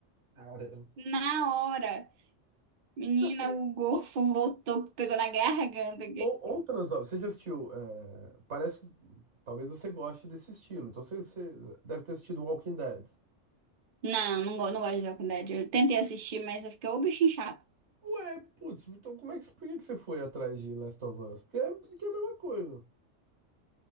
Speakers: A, on the right; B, on the right.
A: Caramba.
B: na hora. Menina,
A: Assim,
B: o gorfo
A: ou-
B: voltou, pegou na garganta.
A: ou- outras obras. Você já assistiu? é, parece que talvez você goste desse estilo. Então você, você deve ter assistido Walking Dead.
B: Não, não, go- não gosto de Walking Dead. Eu tentei assistir, mas eu fiquei, ô, bichinho chato.
A: Ué, putz, então como é que, por que que você foi atrás de Last of Us? Porque é, porque é a mesma coisa.